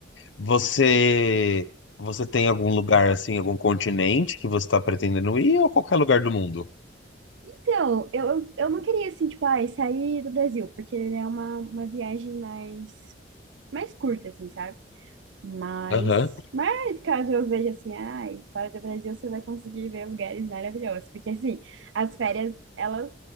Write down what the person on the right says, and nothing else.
Então, eu, eu, eu não queria assim, tipo, ai, sair do Brasil, porque né, é uma, uma viagem mais mais curta, assim, sabe? Mas,
mas caso eu veja assim, ai, fora do Brasil você vai conseguir ver lugares maravilhosos, porque assim, as férias, elas,